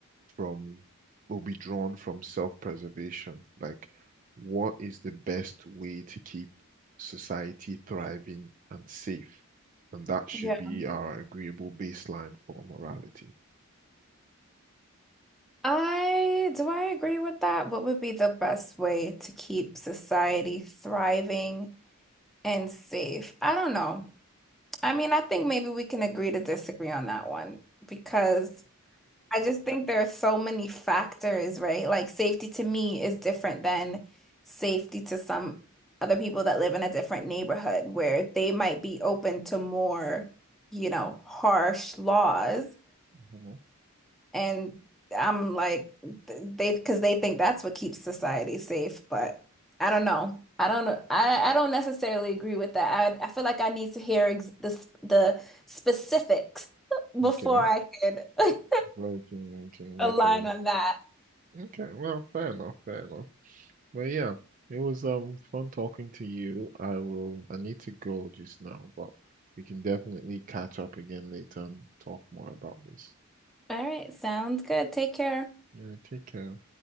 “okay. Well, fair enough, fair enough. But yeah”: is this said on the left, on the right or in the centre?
Right